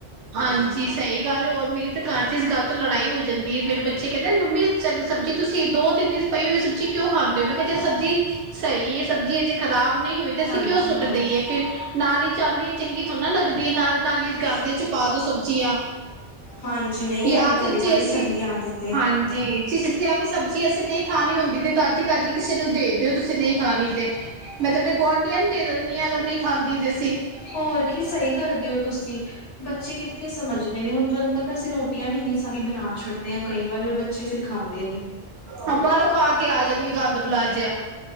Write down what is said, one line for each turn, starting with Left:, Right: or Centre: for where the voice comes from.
Right: ਹਾਂਜੀ। ਸਹੀ ਗੱਲ ਹੋਰ ਮੇਰੀ ਤਾਂ ਘਰ ਚ' ਇਸ ਗੱਲ ਤੋਂ ਲੜਾਈ ਹੋ ਜਾਂਦੀ ਹੈ। ਮੇਰੇ ਬੱਚੇ ਕਹਿੰਦੇ ਮੰਮੀ ਸਬਜ਼ੀ ਤੁਸੀਂ ਦੋ- ਤਿੰਨ ਦਿ ਪਈ ਹੋਈ ਸਬਜ਼ੀ ਕਿਉਂ ਖਾਂਦੇ ਹੋ। ਮੈਂ ਕਿਹਾ, ਸਬਜ਼ੀ ਸਹੀ ਇਹ ਸਬਜ਼ੀ ਹਜੇ। ਖ਼ਰਾਬ ਨਹੀਂ ਹੋਈ ਤੇ ਅਸੀਂ
Left: ਹਾਂਜੀ
Right: ਕਿਉਂ ਸੁੱਟ
Left: ਹਾਂਜੀ
Right: ਦੇਈਏ। ਫਿਰ ਨਾਲੀ ਚ' ਆਂਦੀ ਚੰਗੀ ਥੋੜ੍ਹਾ ਨਾ ਲੱਗਦੀ ਹੈ। ਨਾਲ ਨਾਲੀ ਗਾਂਦੇ ਚ' ਪਾ ਸਬਜ਼ੀਆਂ।
Left: ਹਾਂਜੀ ਨਹੀਂ
Right: ਜਾਂ
Left: ਇਹ ਤੇ ਤੁਹਾਡੀ
Right: ਤਾਂ ਜੇਸੀ
Left: ਬੜੀ ਚੰਗੀ
Right: ਹਾਂ।
Left: ਆਦਤ ਏ।
Right: ਹਾਂਜੀ। ਜਿਰ ਸਬਜ਼ੀ ਅਸੀਂ ਨਹੀਂ ਖਾਣੀ ਹੁੰਦੀ ਤੇ ਤਾਜ਼ੀ- ਤਾਜ਼ੀ ਕਿਸੇ ਨੂੰ ਦੇ ਦਿਓ। ਤੁਸੀਂ ਨਹੀਂ ਖਾਣੀ ਤੇ
Left: ਹ <inaudible>
Right: ਮੈਂ ਤੁਹਾਡੇ ਗੁਆਂਢੀਆਂ ਨੂੰ ਦੇ ਦਿੰਦੀ ਹਾਂ। ਅਗਰ ਨਹੀਂ ਖਾਂਦੀ ਤਾਂ ਇਸ ਸੀ।
Left: ਹੋਰ ਕੀ, ਸਹੀ ਕਰਦੇ ਹੋ ਤੁਸੀਂ। ਬੱਚੇ ਕਿੱਥੇ ਸਮਝਦੇ ਨੇ ਹੁਣ ਤੁਹਾਨੂੰ ਪਤਾ ਅ ਸੀਂ ਰੋਟੀ ਰੋਟੀਆਂ ਵੀ ਇੰਨੀ ਸਾਰੀ ਬਣਾ ਛੱਡਦੇ ਆ ਕਈ ਵਾਰ, ਉਹ ਬੱਚੇ ਫੇਰ ਖਾਂਦੇ ਨੀ।
Right: ਹਾਂ, ਬਾਹਰੋਂ ਖਾ ਕੇ ਆ ਜਾਣਗੇ ਗੰਦ ਬਲਾ ਜਿਆ।